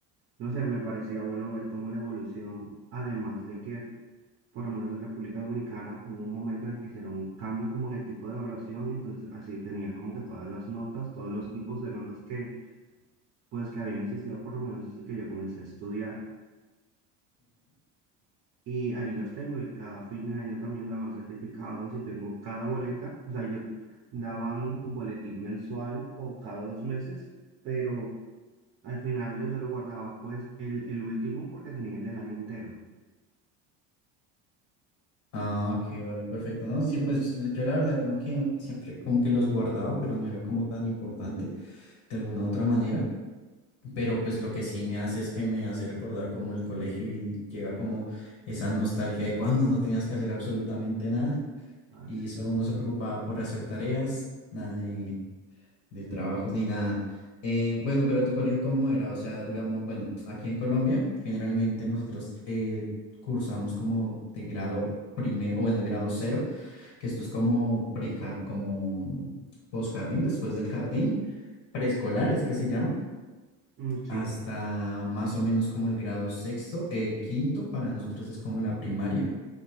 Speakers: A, on the right; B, on the left.
A: no sé, me parecía bueno ver cómo la evolución, además de que, por lo menos en República Dominicana, hubo un momento en el que hicieron un cambio como en el tipo de evaluación, y entonces así tenía como que todas las notas, todos los tipos de notas que pues que habían existido por lo menos desde que yo comencé a estudiar. Y ahí los tengo y cada fin de año también daban certificados y tengo cada boleta, o sea, yo daban un boletín mensual o cada dos meses, pero al final yo se lo guardaba pues el, el último porque tenía el del año entero.
B: Ah, ok, vale, perfecto, ¿no? Sí, pues l- yo la verdad como que siempre como que los guardaba, pero no era como tan importante de alguna u otra manera, pero pues lo que sí me hace es que me hace recordar como el colegio y llega como esa nostalgia de cuando <laughs> no tenías que hacer absolutamente nada
A: Ay,
B: y
A: sí,
B: solo uno se preocupaba por hacer tareas, nada de, de
A: sí,
B: trabajos ni nada. Eh, bueno, pero tu colegio cómo era, o sea, digamos, bueno, aquí en Colombia generalmente nosotros eh, cursamos como de grado primero, o bueno, grado cero que esto es como, pre como posjardín, después del jardín, preescolar es que se llama,
A: mm, sí.
B: hasta más o menos como el grado sexto, eh, quinto, para nosotros es como la primaria.